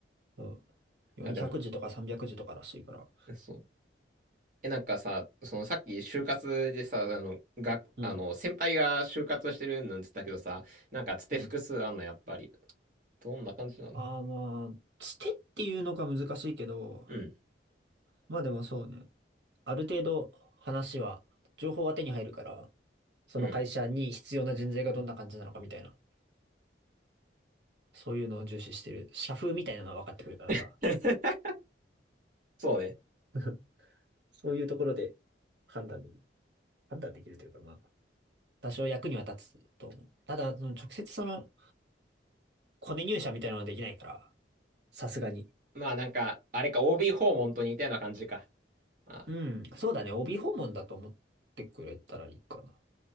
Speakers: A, on the right; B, on the right.
A: そう、400字とか300字とからしいから。
B: あ、でも、そう。え、なんかさ、そのさっき就活でさ、あの、が、
A: うん、
B: あの、先輩が就活してるなんつったけどさ、なんかつて複数あんの、
A: うん。
B: やっぱり。どんな感じなの
A: ああ、まあ、つてっていうのが難しいけど、
B: うん、
A: まあでもそうね。ある程度話は、情報は手に入るから、その会社に必要な人材がどんな感じなのかみたいな、
B: うん。
A: そういうのを重視してる。社風みたいなのは分かってくるからさ。
B: <laughs> そうね。
A: <laughs> そういうところで判断で、判断できるというか、まあ、多少役には立つと思う。ただ、その直接そのコネ入社みたいなのはできないから。さすがに。
B: まあなんか、あれか、OB 訪問と似たような感じか。あ、
A: うん、そうだね。帯訪問だと思ってくれたらいいかな。